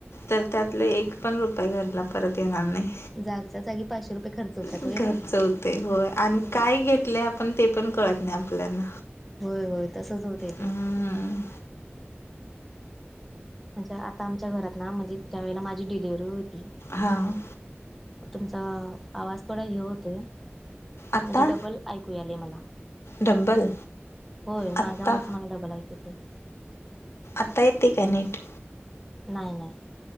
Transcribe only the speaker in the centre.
जांगच्या जांगी पाचशेरुपये खर्च होतात
होय ना
हो
होयं होयं तसंच होते ती
म्हणजे आंता आमच्यां घरांत नां म्हणजे ज्यां वेळेला मांझी डिलेवर्हरी होती
तुमचां आवांज थोडां हे होतं
म्हणजे डबल ऐकूं यांले मलां
होयं
मांझा आवांज मलां डबल ऐकूं येते मलां
नाहीं नाहीं